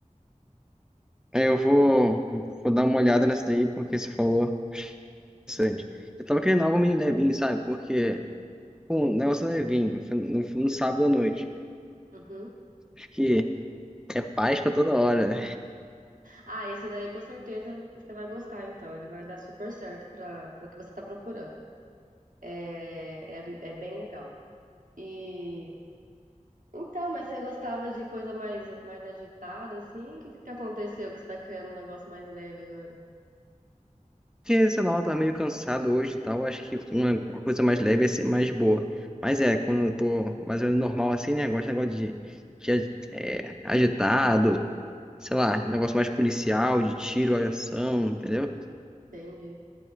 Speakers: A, in the centre; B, on the right.
A: Aí eu vou, vou dar uma olhada nessa daí, porque você falou interessante. Eu tava querendo algo meio levinho, sabe? Porque... Um negócio levinho, no, no sábado à noite.
B: Uhum.
A: Acho que é paz pra toda hora. né?
B: Ah, esse daí com certeza você vai gostar, então. Ele vai dar super certo para para o que você está procurando. É, é, é bem legal. E então, mas você gostava de coisa mais, mais agitada, assim? O que, que aconteceu que você tá criando um negócio mais leve agora?
A: Porque, sei lá, eu tô meio cansado hoje e tal. Acho que uma coisa mais leve ia ser mais boa. Mas é, quando eu tô mais ou menos normal assim, né? Eu Gosto de negócio de, de agi- é, agitado, sei
B: Hum,
A: lá, negócio mais policial, de tiro, ação, entendeu?
B: Entendi.